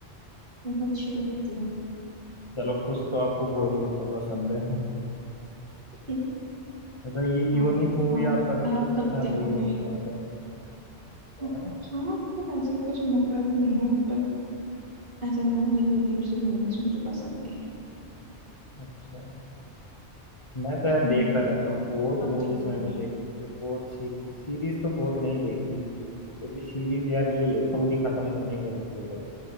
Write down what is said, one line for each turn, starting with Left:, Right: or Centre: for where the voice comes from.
Right: मेरे को अच्छी लगती है
Left: चलो कुछ तो आपको बॉलीवुड का पसंद है
Right: <laughs>
Left: मतलब ये
Right: हाँ
Left: यूनिक
Right: तो
Left: मूवी
Right: आप
Left: आपको अच्छी लगती
Right: आप कब
Left: है ना
Right: देखोगे
Left: जो यूनिक कॉन्सेप्ट
Right: हाँ
Left: है ना
Right: मतलब ऐसा कुछ नफरत नहीं है पर ऐसा है ना अजीब अजीब सी मूवीज मुझे पसंद नहीं है
Left: अच्छा मैं तो यार देखता
Right: हाँ
Left: रहता हूँ
Right: आप
Left: बहुत
Right: कब
Left: मूवीज
Right: देखोगे
Left: मैंने देख रखी है बहुत सीरीज सीरीज तो बहुत नहीं देखी क्योंकि सीरीज यार यही है पूरी खत्म करनी पड़ती है फिर